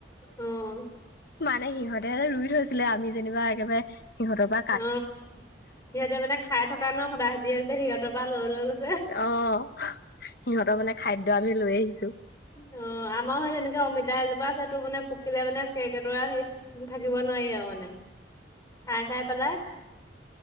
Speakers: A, on the left; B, on the left.
A: উ'ম। <inaudible>
B: মানে সিহঁতে ৰুই থৈছিলে আমি যেনিবা একেবাৰে সিহঁতৰ বা।
A: অ' সিহঁতে মানে খাই থকা ন সদায় সিহঁতৰ পৰা লৈ লৈ গৈছে।
B: অ' সিহঁতৰ মানে খাদ্য আমি লৈ আহিছো।
A: অ' আমাৰো সেই এনেকে অমিতা এজোপা আছে তোৰ মানে পকিলে মানে কেৰ্কেটুৱা আহি। থাকিব নোৱাৰি আৰু মানে খাই- খাই পেলাই।